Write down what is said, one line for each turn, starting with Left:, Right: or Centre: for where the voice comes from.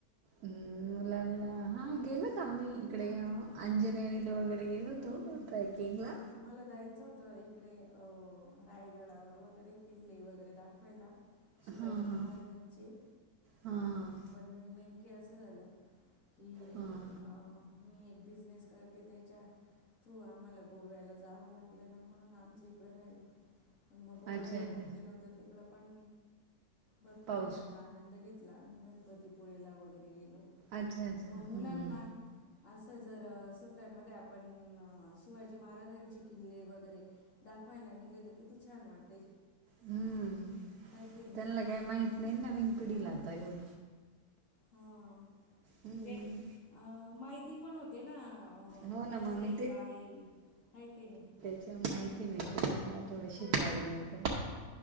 Right: हम्म मुलांना हा गेलो होतं आम्ही. इकडे
Left: हां
Right: अंजनेरीला
Left: आम्ही तर
Right: वगैरे गेलो होतो
Left: हम्म.
Right: ट्रॅकिंगला.
Left: आम्हाला जायचं होतं इकडे अ रायगडवर वगैरे किल्ले वगैरे. वगैरे दाखवायला शिवाजी
Right: हां हां
Left: महाराजांचे.
Right: हां हां
Left: पण नेमके असं झालं. की
Right: हा.
Left: अं, मी एक बिझनेस करते त्याच्या थ्रू आम्हाला गोव्याला जावं लागलं ना म्हणून. ज इकडं राहायला मग गोव्याला
Right: अच्छा अच्छा
Left: पण गेलो होतो तिकडे पण भरपूर
Right: पाऊस
Left: नाही का आनंद घेतला गणपतीपुळेला वगैरे गेलो.
Right: अच्छा अच्छा
Left: पण मग मुलांना
Right: हम्म
Left: असं जर सुट्ट्यांमध्ये आपण शिवाजी महाराजांचे किल्ले वगैरे. दाखवायला निले तर किती छान वाटेल.
Right: हम्म
Left: आहे की नाही
Right: त्यांना काही माहित नाही ना नविन पिढीला आता एवढ
Left: हा
Right: हम्म.
Left: म्हणजे अ माहिती पण होते ना
Right: हो ना
Left: कसं
Right: मग
Left: आहे
Right: मी
Left: काय आहे हे की नाही.
Right: ज्हा माहिती मिळते
Left: हो
Right: त्यांना थोडीशी शिकायला मिळतं.